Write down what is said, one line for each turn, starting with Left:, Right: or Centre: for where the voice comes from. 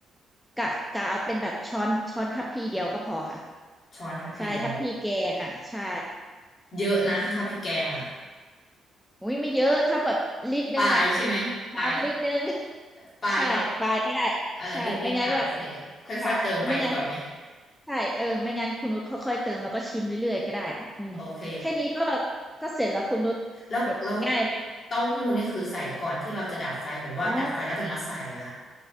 Centre: กะกะเอาเป็นแบบช้อนช้อนทัพพีเดียวก็พอค่ะ
Left: ช้อนทัพพีเดียว
Centre: ใช่ทัพพีแกงอ่ะใช่
Left: เยอะนะถ้าพริกแกงอ่ะ
Centre: อืมอุ้ยไม่เยอะถ้าแบบลิตรนึงอ่ะ
Left: ปลายใช่ไหมปลายทับ
Centre: น้ำลิตรนึง <laughs>
Left: ปลายทับ
Centre: ใช่ปลายก็ได้
Left: เออนิดนิดอ่ะโอเค
Centre: ใช่ไม่งั้นก็แบบ
Left: ค่อยๆเติมไปดีกว่าไหม
Centre: ค่ะไม่งั้นใช่เออไม่งั้นคุณนุชค่อยๆเติมแล้วก็ชิมเรื่อยๆก็ได้อืมแค่นี้ก็
Left: โอเค
Centre: ก็เสร็จแล้วคุณนุชแบบง่ายไหม
Left: แล้วเราวเต้าหู้นี่คือใส่ก่อนที่เราจะดับไฟหรือว่าดับไฟแล้วถึงมาใส่อ่ะ
Centre: อ๋อ